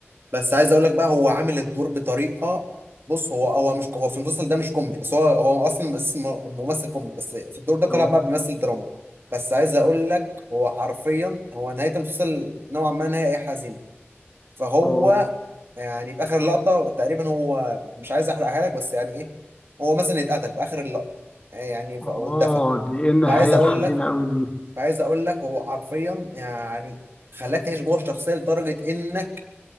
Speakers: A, on the right; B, on the left.
A: بس عايز اقول لك بقى هو عامل الدور بطريقه بص هو هو مش هو في المسلسل ده مش كوميدي بس هو هو اصلا مس- م- ممثل كوميدي بس في الدور ده طلع
B: اه
A: بقى بيمثل دراما بس عايز اقول لك هو حرفيا هو نهايه المسلسل نوعا ما نهايه حزينه فهو
B: اه
A: يعني في اخر لقطه تقريبا هو مش عايز احرقها لك بس يعني ايه هو مثلا اتقتل في اخر اللقطه يعني ف-
B: اه
A: واتدفن
B: دي ايه النهايه
A: فعايز اقول
B: الحزينه
A: لك
B: قوي دي
A: فعايز اقول لك هو حرفيا يعني خلاك تعيش جوه الشخصيه لدرجه انك